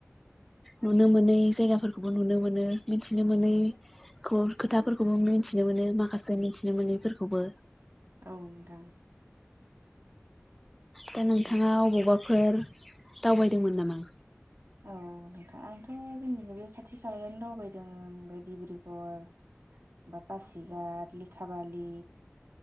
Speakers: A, in the centre; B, on the right.
A: नुनो मोनै जायगाफोरखौबो नुनो मोनो मिथिनो मोनै खौ खोथाफोरखौबो मिथिनो मोनो माखासे मिथिनो मोनैफोरखौबो
B: औ नोंथां
A: दा नोंथाङा अबावबाफोर दावबायदोंमोन नामा
B: औ नोंथाङां आंथ जोंनि बे खाथि खालायावनो दावबायदों बे डिब्रुगर बाबा सिगात लेखा बलि